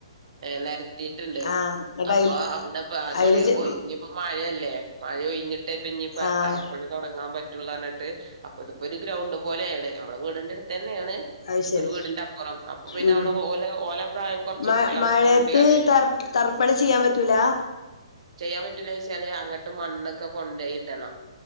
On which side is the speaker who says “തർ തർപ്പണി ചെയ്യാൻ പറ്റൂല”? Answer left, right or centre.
Left